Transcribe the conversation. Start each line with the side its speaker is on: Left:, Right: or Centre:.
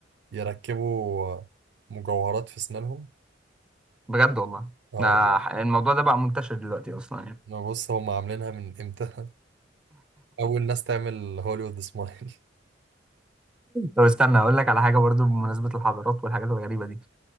Right: يركبوا آه، مجوهرات في أسنانهم
Centre: بجد والله
Right: اه
Centre: أنا ح- الموضوع ده بقى منتشر دلوقتي اصلا يعني
Right: ما بص هم عاملينها من إمتى <laughs> أول ناس تعمل هوليوود سمايل <laughs>
Centre: طب استنى اقول لك على حاجه برضو بمناسبه الحضارات والحاجات الغريبه دي